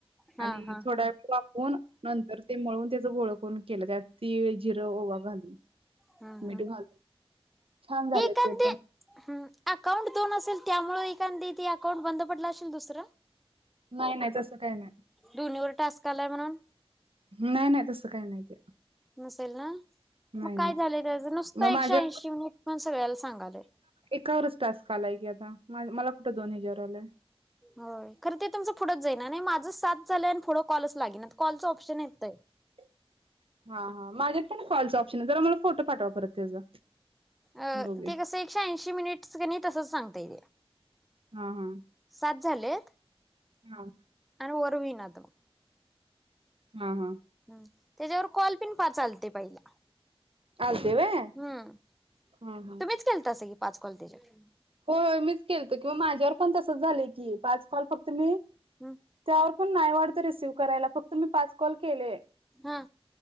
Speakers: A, in the centre; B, on the right.
A: हा
B: आणि
A: हा
B: थोड वेळ वापून नंतर ते मळून त्या घेतलं. पूण केलं त्यात ती तिळ, जिरं ओवा घालून
A: हा
B: मीठ
A: हा
B: घालून छान झाले
A: हे कंदे
B: ते पण
A: हम् अकाउंट दोन असेल त्यामुळे एखांदित ते अकाउंट बंद पडलं असेल दुसरं.
B: नाही नाही तस काही नाही
A: दोन्हीवर टास्क आलाय म्हणून
B: नाही नाही तसं काही नाही. ते
A: नसे ल ना
B: नाही
A: मग
B: नाही
A: काय झालंय त्याच नुसत
B: मग
A: एकशे
B: माझ्या
A: ऐंशी मी पण सगळ्याला सांगालोय.
B: एकावरच टास्क आलाय की आता म मला कुठं दोन हेच्यावर आलाय.
A: होय खरं ते तुमचं पुढंच जाईना नाही माझं सात झालं आणि पुढं कॉलच लागे ना कॉलचं ऑप्शन येतय.
B: टक <unintelligible> हा हा माझ्यात पण कॉलच ऑप्शन आहे, जरा मला फोटो पाठवा परत त्याचा.
A: अ
B: बघूया
A: ते कस एकशे ऐंशी मिनिट्स कनी तस सांगतय ते
B: हा हा
A: सात झालेत
B: हा
A: वर हुईना तो
B: हा हा
A: हम् त्याच्यावर कॉल पण पाच आलते पहिला
B: आलते व्हय
A: हम्म
B: हा हा.
A: तुम्हीच केलतासा की पाच कॉल त्याच्यावर
B: होय होय मीच केलतो माझ्यावर पण तसच झालंय की पाच कॉल फक्त मी
A: हम्म
B: त्यावर पण नाही वाढत रिसीव्ह करायला फक्त मी पाच कॉल केले
A: हा